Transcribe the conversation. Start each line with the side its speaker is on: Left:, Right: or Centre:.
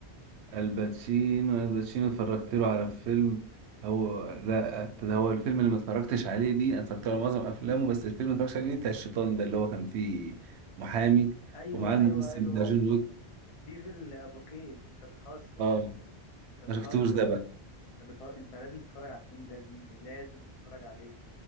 Right: الباتشينو الباتشينو اتفرجت له على فيلم هو لا ده هو الفيلم اللي ما اتفرجتش عليه دي انا اتفرجت على معظم افلامه بس الفيلم اللي ما اتفرجتش عليه بتاع الشيطان ده اللي هو كان فيه محامي
Left: ايوه
Right: ومعاه الممثل
Left: ايوه ايوه
Right: بتاع جون
Left: ايوه
Right: ويك
Left: ديفل افوكيد انت بتهزر
Right: اه
Left: انت بتهزر
Right: ما شفتوش ده بقى
Left: انت بتهزر انت لازم تتفرج على الفيلم ده يا زميلي لازم تتفرج عليه